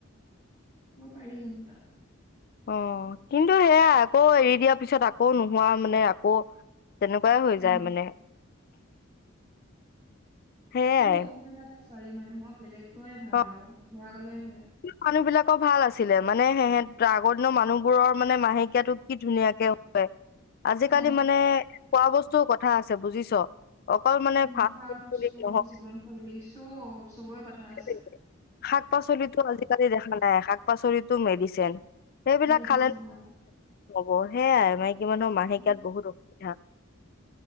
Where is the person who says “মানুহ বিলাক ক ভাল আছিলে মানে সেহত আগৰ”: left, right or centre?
Left